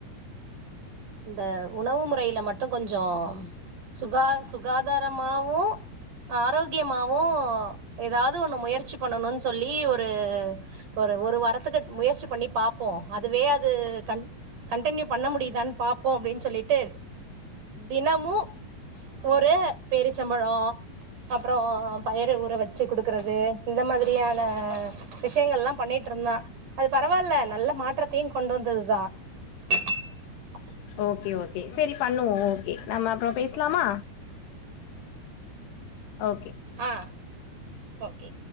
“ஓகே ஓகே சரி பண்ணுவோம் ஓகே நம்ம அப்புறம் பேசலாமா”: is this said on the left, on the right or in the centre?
Left